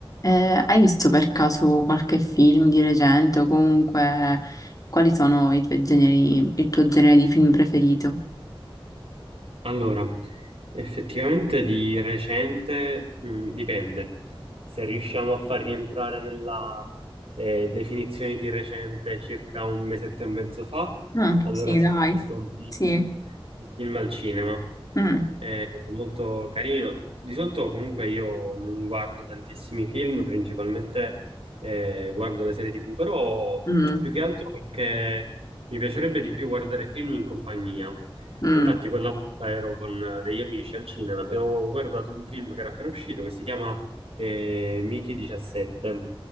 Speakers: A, on the left; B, on the right.
A: Eh, hai visto per caso qualche film di recente o comunque quali sono i tuoi generi, il tuo genere di film preferito?
B: Allora, effettivamente di recente, mh, dipende. Se riusciamo a far rientrare nella eh, definizione di recente circa un mesetto e mezzo fa,
A: Ah,
B: allora
A: sì,
B: sì,
A: dai,
B: ho visto un film
A: sì.
B: il film al cinema.
A: Mm,
B: È molto carino. Di solito comunque io non guardo tantissimi film, principalmente eh, guardo le serie TV, però
A: mm,
B: più che altro perché mi piacerebbe di più guardare film in compagnia.
A: mm,
B: E Infatti quella volta ero con eh, degli amici al cinema, abbiamo guardato un film che era appena uscito che si chiama eh, Mickey 17.